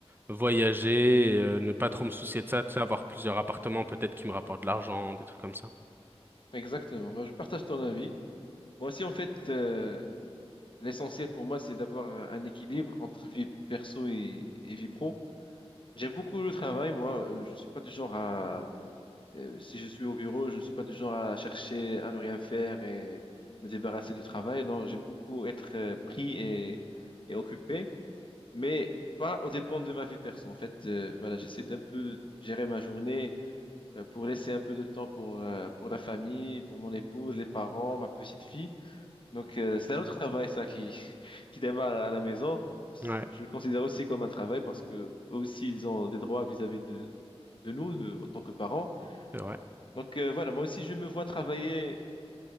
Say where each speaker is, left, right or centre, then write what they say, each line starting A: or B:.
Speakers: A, on the right (about 20°); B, on the left (about 50°).
A: voyager, euh, ne pas trop me soucier de ça, tu sais, avoir plusieurs appartements peut-être qui me rapportent de l'argent, des trucs comme ça.
B: Exactement. Moi, je partage ton avis. Moi aussi, en fait, euh, l'essentiel pour moi, c'est d'avoir un équilibre entre vie perso et, et vie pro. J'aime beaucoup le travail. Moi, euh, je ne suis pas du genre à... euh, si je suis au bureau, je ne suis pas du genre à chercher à ne rien faire et me débarrasser du travail. Non, j'aime beaucoup être euh, pris et, et occupé. mais pas aux dépens de ma vie perso. En fait, euh, voilà, j'essaie d'un peu gérer ma journée euh, pour laisser un peu de temps pour, euh, pour la famille, pour mon épouse, les parents, ma petite fille. Donc, euh, c'est un autre <laughs> travail, ça, qui, <laughs> qui démarre à la maison.
A: Ouais,
B: Je le considère aussi comme un travail parce que eux aussi, ils ont des droits vis-à-vis de, de nous, de, autant que parents.
A: c'est vrai.
B: Donc, euh, voilà, moi aussi, je me vois travailler,